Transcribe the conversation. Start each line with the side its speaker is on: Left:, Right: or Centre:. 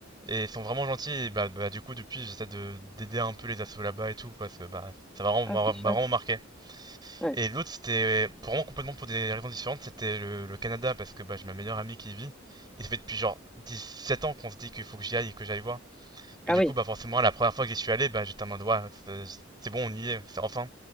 Right: Et ils sont vraiment gentils et bah, bah, du coup depuis j'essaie de d'aider un peu les assos là-bas et tout parce que bah ça m'a vraiment,
Centre: Ah, c'est chouette.
Right: m'a- m'a vraiment marqué.
Centre: Ouais.
Right: Et l'autre c'était vraiment complètement pour des raisons différentes, c'était le, le Canada parce que bah j'ai ma meilleure amie qui y vit et ça fait depuis genre 17 ans qu'on se dit qu'il faut que j'y aille et que j'aille voir.
Centre: Ah
Right: Et du
Centre: oui,
Right: coup bah forcément la première fois que j'y suis allé bah j'étais en mode ouais c'est c'est bon on y est, c'est enfin